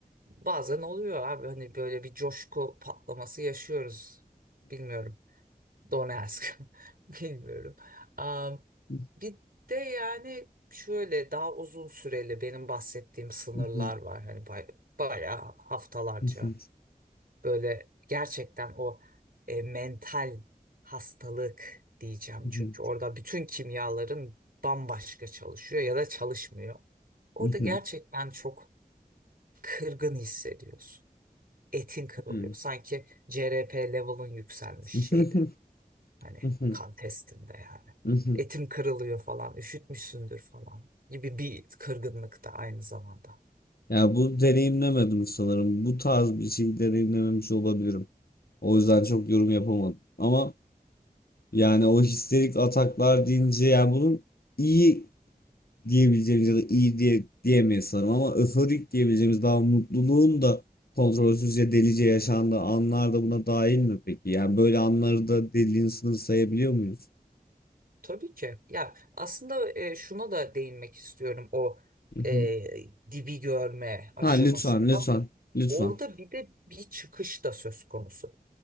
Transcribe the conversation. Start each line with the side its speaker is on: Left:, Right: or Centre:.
Right: bazen oluyor abi hani böyle bir coşku patlaması yaşıyoruz. Bilmiyorum. Donetsk. <laughs> Bilmiyorum. Am,
Left: <laughs>
Right: bir de yani şöyle daha uzun süreli benim bahsettiğim sınırlar
Left: Mhm,
Right: var hani bay- bayağı haftalarca.
Left: mhm,
Right: Böyle gerçekten o e, mental hastalık diyeceğim.
Left: mhm,
Right: Çünkü orada bütün kimyaların bambaşka çalışıyor ya da çalışmıyor. Orada
Left: mhm,
Right: gerçekten çok kırgın hissediyorsun. Etin kırılıyor.
Left: mhm.
Right: Sanki CRP level'ın yükselmiş
Left: <laughs>
Right: şeyde. Hani
Left: Mhm,
Right: kan testinde yani.
Left: mhm.
Right: Etim kırılıyor falan, üşütmüşsündür falan gibi bir kırgınlık da aynı zamanda.
Left: Ya bu deneyimlemedim sanırım. Bu tarz bir şey deneyimlememiş olabilirim. O yüzden çok yorum yapamadım. Ama yani o histerik ataklar deyince yani bunun iyi diyebileceğimiz ya da iyi diye diyemeyiz sanırım ama öforik diyebileceğimiz daha mutluluğun da kontrolsüzce delice yaşandığı anlar da buna dahil mi peki? Yani böyle anları da deliliğin sınırı sayabiliyor muyuz?
Right: Tabii ki. Ya aslında e, şuna da değinmek istiyorum o
Left: Mhm.
Right: e, dibi görme aşamasında.
Left: Ha lütfen lütfen lütfen.
Right: Orada bir de bir çıkış da söz konusu.